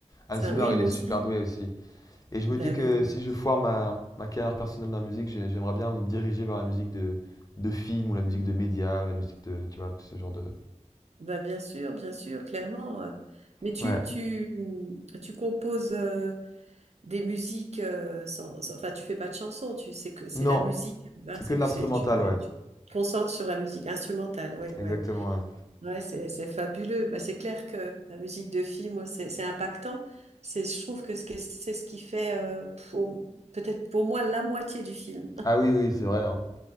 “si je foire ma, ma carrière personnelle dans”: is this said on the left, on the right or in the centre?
Left